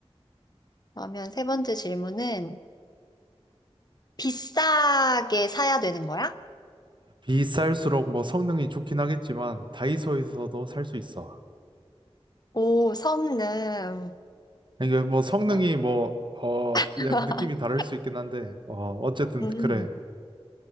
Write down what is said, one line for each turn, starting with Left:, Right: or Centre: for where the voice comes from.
Left: 그러면 세 번째 질문은 비싸게 사야 되는 거야?
Right: 비쌀수록 뭐 성능이 좋긴 하겠지만 다이소에서도 살 수 있어.
Left: 오, 성능.
Right: 이게 뭐 성능이
Left: 그렇-
Right: 뭐, 어,
Left: <laughs>
Right: 약 느낌이 다를 수 있긴 한데, 어, 어쨌든
Left: 음.
Right: 그래.